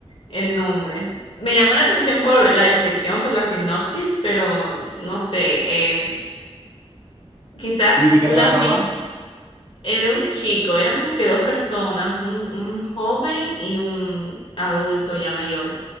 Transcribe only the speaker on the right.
¿Y de
qué
trataba?